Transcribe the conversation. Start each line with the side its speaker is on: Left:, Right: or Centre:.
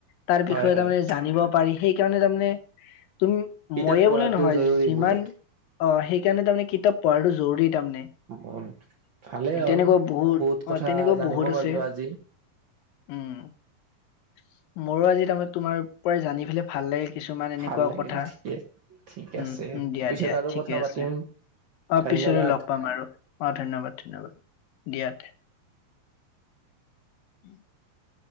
Left: তাৰ
Right: হয়
Left: বিষয়ে
Right: হয়
Left: তাৰ মানে জানিব পাৰি। সেইকাৰণে তাৰমানে।। তুমি
Right: কিতাপ
Left: ময়ে
Right: পঢ়াটো
Left: বোলে নহয়।
Right: জৰুৰী
Left: যিমান।।
Right: বহুত
Left: অ সেইকাৰণে তাৰমানে কিতাপ পঢ়াটো জৰুৰী।। তাৰমানে
Right: অ <inaudible> ভালেই
Left: তেনেকুৱা
Right: হ'ল বহুত
Left: অ
Right: কথা
Left: তেনেকুৱা
Right: জানিব
Left: বহুত আছে
Right: পাৰলো আজি।
Left: উম মোৰো আজি তাৰমানে তোমাৰ পৰাই জানি ফেলাই ভালেই। কিছুমান এনেকুৱা
Right: ভাল লাগিল
Left: কথা
Right: ঠিকে ঠিক আছে
Left: উম উম দিয়া
Right: পিছত
Left: দিয়া
Right: আৰু
Left: ঠিকে
Right: কথা পাতিম
Left: আছে। অ
Right: ধন্যবাদ।
Left: পিছলৈ লগ পাম আৰু অ ধন্যবাদ। ধন্যবাদ দিয়াতে। উ <inaudible>